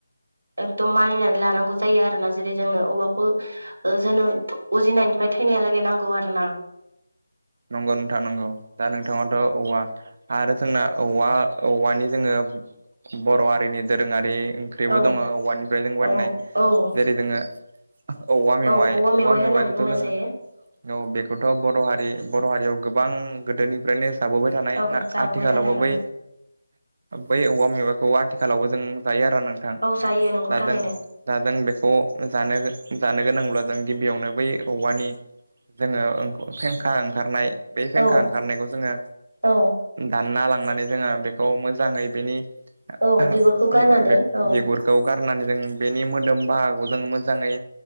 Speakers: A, on the right (about 75°); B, on the right (about 45°).
A: एकदम मानिनानै लानांगौ जायो आरो आरोना जेरै जोंनो औवाखौ जोनोम उजिनायनिफ्राय थैनायलागै नांगौ आरो ना
B: नंगौ नोंथां नंगौ दा नोंथाङाथ' औवा आरो जोंना औवा औवानि जोङो बर' हारिनि दोरोङारि ओंख्रिबो
A: औ
B: दङ औवानिफ्राय जों
A: औ
B: बाननाय
A: औ
B: जेरै जोङो औवा मेवाइ
A: औ
B: औवा मेवाइखौथ'
A: होननानै बुंनाय
B: जोङो
A: जायो
B: औ बेखौथ' बर' हारि बर' हारियाव गोबां गोदोनिफ्रायनो जाबोबाय थानाय
A: औ
B: ना
A: जाबोबाय
B: आथिखालावबो
A: थानाय औ
B: बै बै औवा मेवाखौ आथिखालावबो जों जायो आरो नोंथां
A: औ जायो नंगौ
B: दा
A: थारैनो
B: जों दा जों बेखौ जानो जानो गोनांब्ला जों गिबियावनो बै औवानि जोङो फेंखा ओंखारनाय बे फेंखा
A: औ
B: ओंखारनायखौ जोङो
A: औ
B: दानना लांनानै जोङो बेखौ मोजाङै बेनि <unintelligible>
A: औ बिगुरखौ गारनानै औ
B: बिगुरखौ गारनानै जों बेनि मोदोम बाहाखौ जों मोजाङै